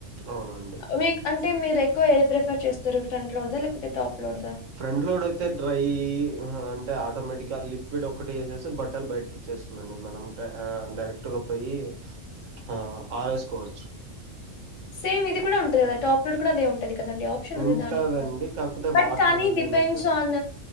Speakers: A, on the right; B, on the left.
A: అవునండి
B: అవి అంటే మీరు ఎక్కువ ఏది ప్రిఫర్ చేస్తారు ఫ్రంట్ లోడ్ లేకపోతే టాప్ లోడ్దా
A: ఫ్రంట్ లోడ్ అయితే డ్రై అంటే ఆటోమేటిక్ ఇ లిక్విడ్ ఒకటి వేసేసి బట్టలు బయటకి ఇచ్చేస్తుందిండి మనం డైరెక్ట్గా పోయి ఆ తరువాత ఆరెసుకోవచ్చు
B: సేమ్ ఇది కూడా ఉంటంది కదా టాప్ లోడ్ కూడా అదే ఉంటంది కదండి ఆప్షన్
A: ఉంటదండి
B: అది దానికి కూడా
A: కాకపోతే
B: బట్
A: వాటర్
B: కానీ డిపెండ్స్
A: అనేది
B: ఆన్